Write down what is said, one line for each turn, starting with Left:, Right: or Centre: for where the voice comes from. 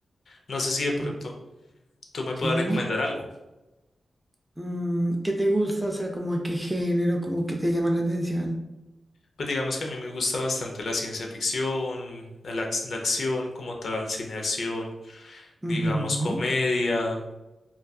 Left: No sé si de pronto
Centre: Mm,
Left: tú me
Centre: Sí,
Left: puedas
Centre: dime.
Left: recomendar algo.
Centre: Mm, ¿qué te gusta? O sea, como de qué género, como que te llama la atención.
Left: Pues digamos que a mí me gusta bastante la ciencia ficción, la, ac- la acción como tal, cine de acción, digamos
Centre: Ujú.
Left: comedia,